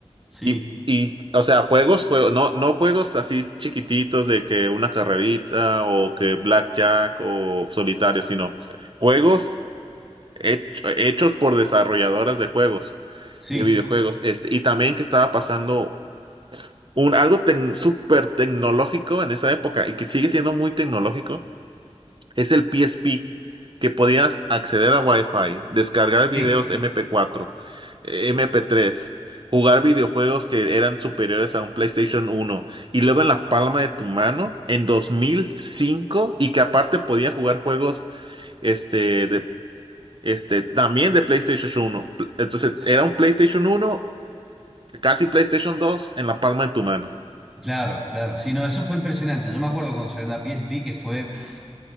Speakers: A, in the centre; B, on the right.
A: Sí,
B: y, y o sea, juegos, juegos, no, no juegos así chiquititos de que una carrerita o que blackjack o solitario, sino juegos hech- hechos por desarrolladoras de juegos,
A: sí,
B: de videojuegos. Este, y también que estaba pasando un, algo tec- súper tecnológico en esa época y que sigue siendo muy tecnológico es el PSP, que podías acceder a Wi-Fi, descargar videos
A: sí.
B: MP4, eh, MP3, jugar videojuegos que eran superiores a un PlayStation uno y luego en la palma de tu mano en 2005 y que aparte podía jugar juegos este, de, este, también de PlayStation uno Pl- Entonces
A: sí.
B: era un PlayStation uno casi PlayStation dos en la palma de tu mano.
A: Claro, claro. Sí, no, eso fue impresionante. Yo me acuerdo cuando salió la PSP que fue... pf,